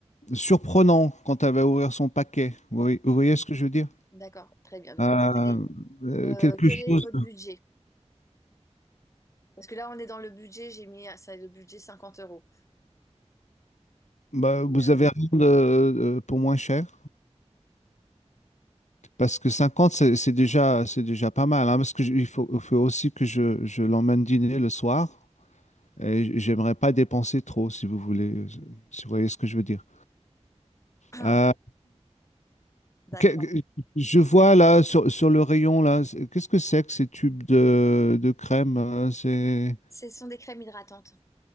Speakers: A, on the left; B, on the left.
A: surprenant quand elle va ouvrir son paquet. Vous voyez, vous voyez ce que je veux dire?
B: D'accord, très bien. Donc
A: Euh,
B: on va
A: euh,
B: Euh,
A: quelque
B: quel
A: chose.
B: est votre budget? Parce que là, on est dans le budget, j'ai mis, ça, le budget 50 euros.
A: Bah,
B: Et,
A: vous
B: euh,
A: avez rien de, euh, pour moins cher? Parce que 50, c'est c'est déjà, c'est déjà pas mal, hein, parce que je- il faut, il faut aussi que je, je l'emmène dîner le soir. Et j- j'aimerais pas dépenser trop, si vous voulez, euh, si vous voyez ce que je veux dire.
B: <clears throat>
A: Euh,
B: D'accord.
A: que- que- je vois là sur, sur le rayon là, c'est- qu'est-ce que c'est que ces tubes de, de crème? euh, C'est
B: Ce sont des crèmes hydratantes.